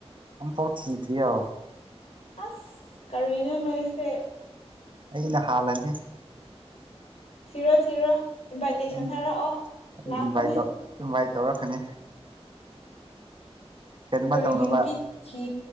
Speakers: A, on the right (about 50°); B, on the left (about 70°).
A: ꯑꯝꯇ ꯊꯤꯠ꯭ꯔꯤꯌꯣ
B: ꯑꯁ ꯀꯔꯤꯅꯣ ꯅꯣꯏꯁꯦ
A: ꯑꯩꯅ ꯍꯥꯜꯂꯅꯤ
B: ꯊꯤꯔꯣ ꯊꯤꯔꯣ ꯏꯟꯚꯥꯏꯇꯦꯁꯟ
A: ꯑꯩꯅ
B: ꯊꯥꯔꯛꯑꯣ
A: ꯑꯩ
B: ꯂꯥꯛꯀꯅꯤ
A: ꯏꯟꯚꯥꯏꯠ ꯇꯧ ꯏꯟꯚꯥꯏꯠ ꯇꯧꯔꯛꯀꯅꯤ ꯀꯩꯅꯣꯃ
B: ꯀꯔꯤꯒꯤ
A: ꯇꯧꯅꯕ
B: ꯅꯨꯄꯤ ꯊꯤ